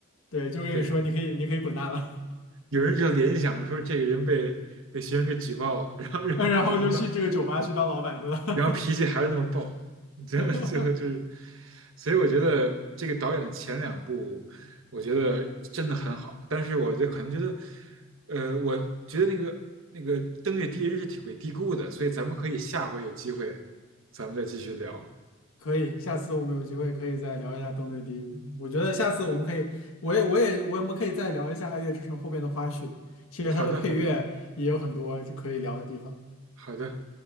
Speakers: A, on the left (about 75°); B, on the right (about 70°).
A: 对，就跟你说你可以你可以滚蛋了，
B: 对有人就联想说这个人被被学生给举报了，然后然后只能当
A: <laughs> 然后就去这个酒吧去当老板去了。
B: 然后脾气还是那么暴，最后最后就是，
A: <laughs>
B: 所以我觉得这个导演的前两部，我觉得真的很好，但是我就可能觉得，呃，我觉得那个那个《登月第一人》是挺被低估的，所以咱们可以下回有机会，咱们再继续聊。
A: 可以，下次我们有机会可以再聊一下《登对地狱》。我觉得下次我们可以，我也我也我们可以再聊一下《爱乐之城》后边的花絮。其实它的配乐也有很多可以聊的地方。
B: 好的，好的，好的。